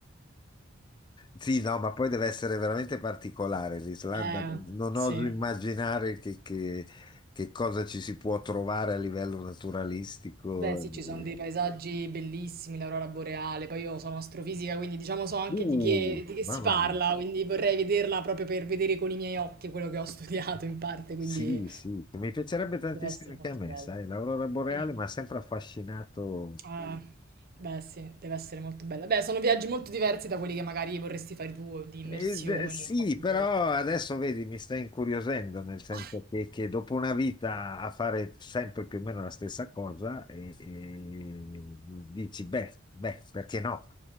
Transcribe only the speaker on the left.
Sì, no, ma poi deve essere veramente particolare l'Islanda,
non
oso immaginare che, che- che cosa ci si può trovare a livello naturalistico.
eh,
Uh,
mamma
mia.
Sì, sì, mi piacerebbe tantissimo
anche
a me,
sai, l'aurora boreale
mi ha sempre affascinato.
Ed, eh, sì,
però adesso vedi, mi sta incuriosendo, nel senso
che, che dopo una vita a fare sempre più o meno la stessa cosa, e, e dici, beh, beh, perché no?